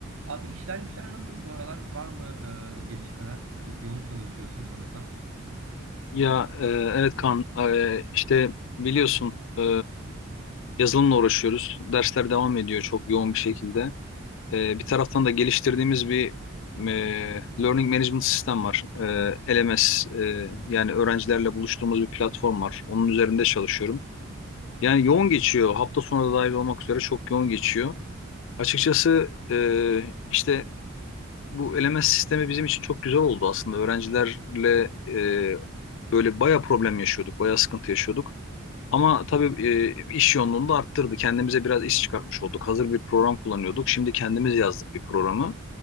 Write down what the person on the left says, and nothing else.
Ya e, evet Kaan e, işte biliyorsun e, yazılımla uğraşıyoruz. Dersler devam ediyor çok yoğun bir şekilde. E, bir taraftan da geliştirdiğimiz bir e, Learning Management Sistem var. E, LMS e, yani öğrencilerle buluştuğumuz bir platform var. Onun üzerinde çalışıyorum. Yani yoğun geçiyor. Hafta sonu da dahil olmak üzere çok yoğun geçiyor. Açıkçası e, işte bu eleme sistemi bizim için çok güzel oldu aslında. Öğrencilerle e, böyle baya problem yaşıyorduk, baya sıkıntı yaşıyorduk. Ama tabii e, iş yoğunluğunu da arttırdı. Kendimize biraz iş çıkartmış olduk. Hazır bir program kullanıyorduk. Şimdi kendimiz yazdık bir programı.